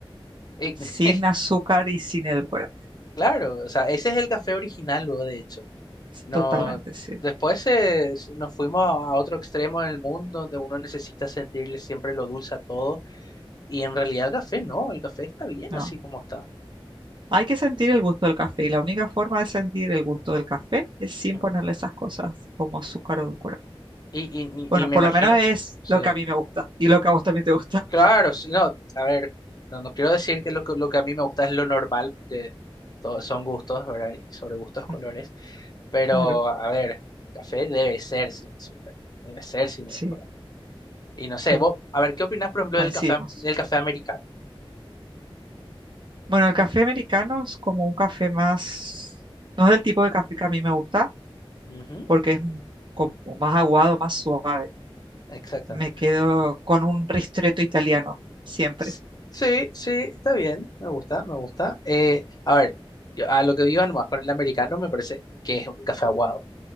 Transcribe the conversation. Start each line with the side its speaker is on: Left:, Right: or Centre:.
Left: Eh,
Right: Sin
Left: <laughs>
Right: azúcar y sin edulcorantes.
Left: Claro, o sea, ese es el café original, luego, de hecho. No,
Right: Totalmente, sí.
Left: después eh, s- nos fuimos a otro extremo del mundo donde uno necesita sentirle siempre lo dulce a todo. Y en realidad el café no, el café está bien
Right: No.
Left: así como está.
Right: Hay que sentir el gusto del café y la única forma de sentir el gusto del café es sin
Left: Mm.
Right: ponerle esas cosas como azúcar o edulcorante.
Left: Y, y,
Right: Bueno,
Left: y, y me
Right: por
Left: imagino,
Right: lo menos es
Left: sí,
Right: lo que a mí me gusta y lo que a vos también te gusta.
Left: claro,
Right: <laughs>
Left: sí, no, a ver, no, no quiero decir que lo, que lo que a mí me gusta es lo normal, porque todos son gustos, ¿verdad? Y sobre gustos, colores.
Right: Mm,
Left: Pero,
Right: Claro,
Left: a ver, café debe ser sin azúcar, debe ser sin
Right: sí,
Left: alcohol. Y no sé,
Right: sí,
Left: vos, a ver, ¿qué opinás, por ejemplo,
Right: coincidimos.
Left: del café, del café americano?
Right: Bueno, el café americano es como un café más, no es el tipo de café que a mí me gusta
Left: Ujú,
Right: porque es m- como más aguado, más suave.
Left: exactamente.
Right: Me quedo con un ristretto italiano, siempre.
Left: S- Sí, sí, está bien, me gusta, me gusta. Eh, a ver, yo- a lo que vivan más con el americano me parece que es un café aguado,